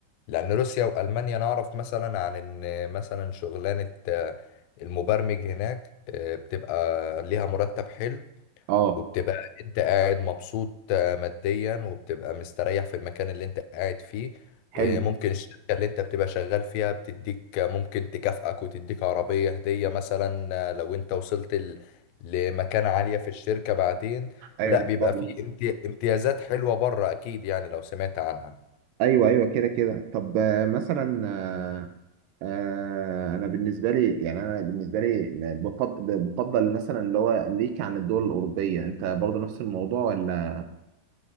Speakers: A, on the left; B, on the right.
A: لأن روسيا وألمانيا نعرف مثلا عن إن مثلا شغلانة آه، المبرمج هناك آه، بتبقى ليها مرتب حلو
B: اه
A: وبتبقى انت قاعد مبسوط آه، ماديا وبتبقى مستريح في المكان اللي انت قاعد فيه
B: حلو
A: آه، ممكن الشركة اللي انت بتبقى شغال فيها بتديك آه، ممكن تكافئك وتديك عربية هدية مثلا آه، لو انت وصلت ل- لمكانة عالية في الشركة بعدين
B: ايوه
A: لا
B: اتفضل.
A: بيبقى فيه امت- امتيازات حلوة بره اكيد يعني لو سمعت عنها
B: ايوه ايوه كده كده طب آه، مثلا آه، آه، انا بالنسبه لي يعني انا بالنسبه لي بفضل بفضل مثلا اللي هو امريكا عن الدول الاوروبيه انت برضه نفس الموضوع ولا